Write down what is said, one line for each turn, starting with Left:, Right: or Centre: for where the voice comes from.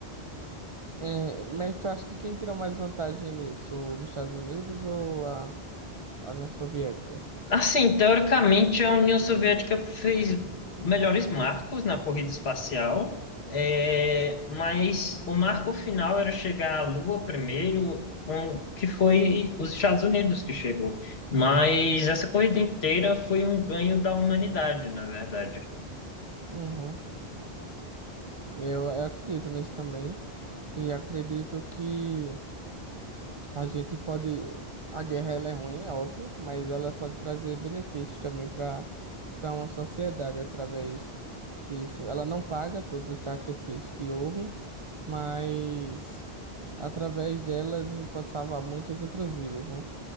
Right: é, mas tu acha que quem tirou mais vantagem nisso? Os Estados Unidos ou a, a União Soviética?
Left: Assim, teoricamente, a União Soviética fez melhores marcos na corrida espacial, é, mas o marco final era chegar à Lua primeiro, um, que foi os Estados Unidos que chegou. Mas essa corrida inteira foi um ganho da humanidade, na verdade.
Right: Uhum. Eu, eu acredito nisso também. E acredito que A gente pode. A guerra ela é ruim, é óbvio, mas ela pode trazer benefícios também para para uma sociedade através disso. Ela não paga todos os sacrifícios que houve, mas através delas a gente pode salvar muitas outras vidas, né?